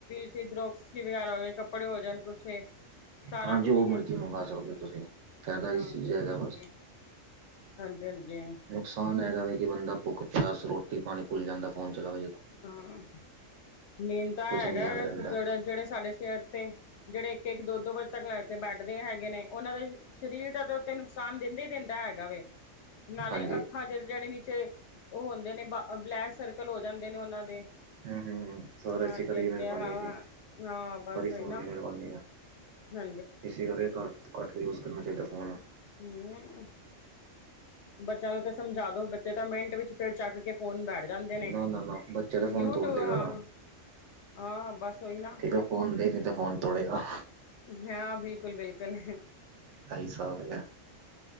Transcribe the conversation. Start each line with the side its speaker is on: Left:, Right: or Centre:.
Left: ਦਿਲ ਦੋਕਸ ਵਗੈਰਾ ਹੋਵੇ ਕੱਪੜੇ ਹੋ ਜਾਣ ਕੁਛ ਸਾਰਾ
Right: ਹਾਂ ਜੋ
Left: ਕੁਛ ਹੀ
Right: ਮਰਜ਼ੀ ਮੰਗਵਾ ਸਕਦੇ ਹੋ ਤੁਸੀਂ ਫਾਇਦਾ
Left: ਹਾਂਜੀ-
Right: ਇਸ ਚੀਜ਼
Left: ਹਾਂਜੀ-
Right: ਦਾ ਹੈਗਾ
Left: ਹਾਂਜੀ
Right: ਬਸ
Left: ਹਾਂਜੀ -ਹਾਂਜੀ।
Right: ਨੁਕਸਾਨ ਹੈਗਾ ਵੀ ਕਿ ਬੰਦਾ ਭੁੱਖ ਚਸ ਰੋਟੀ ਪਾਣੀ ਭੁੱਲ ਜਾਂਦਾ ਫੋਨ ਚਲਾਵੇ ਜਦੋਂ
Left: ਹਾਂ ਮੇਨ ਤਾਂ
Right: ਕੁਛ
Left: ਹੈਗਾ
Right: ਨੀ ਯਾਦ
Left: ਵ
Right: ਰਹਿੰਦਾ
Left: ਜਿਹੜਾ ਜਿਹੜੇ ਸਾਡੇ ਸਿਹਤ ਤੇ ਜਿਹੜੇ ਇੱਕ ਇੱਕ ਦੋ ਦੋ ਵਜੇ ਤੱਕ ਲੈ ਕੇ ਬੈਠਦੇ ਹੈਗੇ ਨੇ ਉਹਨਾਂ ਦੇ ਸਰੀਰ ਦਾ ਤੇ ਉੱਥਤੇ ਨੁਕਸਾਨ ਦਿੰਦਾ ਹੀ ਦਿੰਦਾ ਹੈਗਾ ਵ ਨਾਲੇ
Right: ਹਾਂਜੀ
Left: ਅੱਖਾਂ ਦੇ ਜਿਹੜੇ ਨੀਚੇ ਉਹ ਹੁੰਦੇ ਨੇ ਬਲੈਕ ਸਰਕਲ ਹੋ ਜਾਂਦੇ ਨੇ ਉਹਨਾਂ ਦੇ
Right: ਹੂੰ ਹੂੰ ਹੂੰ ਸਾਰਾ
Left: ਹਾਂ
Right: ਇਸੇ ਕਰਕੇ
Left: ਜਦ
Right: ਮਿਹਰਬਾਨੀ ਹੈਗੀ ਹੈ,
Left: ਹਾਂ ਬਸ
Right: ਸਾਰੀ ਫੋਨ
Left: ਨਾ
Right: ਦੀ ਮਿਹਰਬਾਨੀ ਹੈ
Left: ਹਾਂ
Right: ਇਸੇ ਕਰਕੇ ਘੱਟ ਤੋਂ ਘੱਟ ਯੂਜ ਕਰਨਾ ਚਾਹੀਦਾ ਫੋਨ
Left: ਹਮ ਬੱਚਿਆਂ ਨੂੰ ਤਾਂ ਸਮਝਾ ਦੋ, ਬੱਚੇ ਤਾਂ ਮਿੰਟ ਵਿੱਚ ਫਿਰ ਚੱਕ ਕੇ ਫੋਨ ਬੈਠ ਜਾਂਦੇ ਨੇ
Right: ਨਾ ਨਾ ਨਾ ਬੱਚਿਆਂ ਦਾ ਫੋਨ
Left: ਯੂਟਿਊਬ
Right: ਤੋੜ ਦੇਗਾ
Left: ਹਾਂ ਹਾਂ ਬਸ ਉਹੀ ਨਾ
Right: ਠੀਕ ਆ ਫੋਨ ਦੇ ਨਹੀਂ ਤਾਂ ਫੋਨ ਤੋੜੇਗਾ
Left: ਹਾਂ ਬਿਲਕੁਲ- ਬਿਲਕੁਲ।
Right: ਅਠਾਈ ਸਾਲ ਹੈ